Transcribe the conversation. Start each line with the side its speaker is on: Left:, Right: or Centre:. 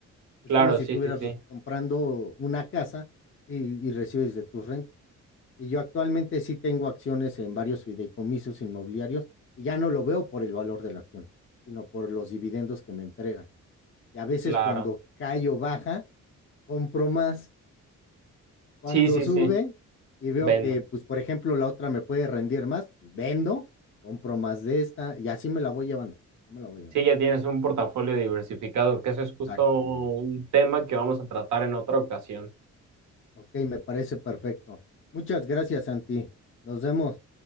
Left: Es
Right: Claro,
Left: como si
Right: sí,
Left: estuvieras
Right: sí, sí.
Left: comprando una casa y, y recibes de tus rentas. Y yo actualmente sí tengo acciones en varios fideicomisos inmobiliarios y ya no lo veo por el valor de la acción, sino por los dividendos que me entregan. Y a veces
Right: Claro.
Left: cuando cae o baja, compro más. Cuando
Right: Sí, sí,
Left: sube
Right: sí.
Left: y veo
Right: vendo.
Left: que, pues, por ejemplo, la otra me puede rendir más, vendo, compro más de esta y así me la voy llevando. Yo me la voy llevando.
Right: Sí, ya tienes un portafolio diversificado, que eso es justo
Left: Exactamente.
Right: un tema que vamos a tratar en otra ocasión.
Left: Ok, me parece perfecto. Muchas gracias, Santi. Nos vemos.